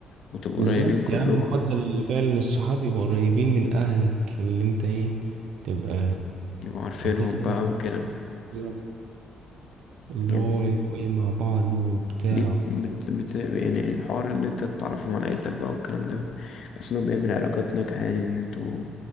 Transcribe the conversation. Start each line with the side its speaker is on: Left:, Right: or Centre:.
Left: وتبقوا
Right: بالظبط
Left: قريبين كلكوا
Right: يعني أنا بفضل اللي فعلا الصحاب يبقوا قريبين من أهلك اللي أنت إيه تبقى
Left: يبقوا عارفينهم
Right: حاططهم
Left: بقى وكده
Right: بالظبط اللي
Left: يعني
Right: هو يبقوا إيه مع بعض وبتاع
Left: دي بت... بت... يعني الحوار ان انت تتعرفهم على عيلتك بقى والكلام ده بحس انه بيعمل علاقات ناجحة يعني ان انتوا